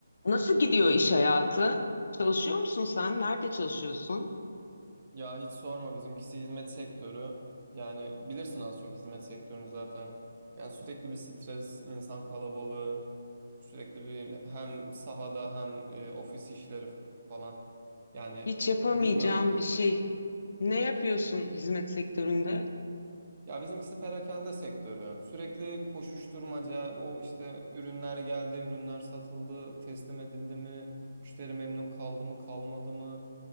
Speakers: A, on the left (about 55°); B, on the right (about 30°).
A: Nasıl gidiyor iş hayatı? Çalışıyor musun sen? Nerede çalışıyorsun?
B: Ya hiç sorma bizimkisi hizmet sektörü. Yani bilirsin az çok hizmet sektörünü zaten. Yani sürekli bir stres, insan kalabalığı, sürekli bir hem sahada hem e, ofis işleri falan. Yani
A: Hiç yapamayacağım
B: bilmiyorum
A: bir şey. Ne yapıyorsun hizmet sektöründe?
B: Ya bizimkisi perakende sektörü. Sürekli koşuşturmaca, o işte ürünler geldi, ürünler satıldı, teslim edildi mi, müşteri memnun kaldı mı, kalmadı mı?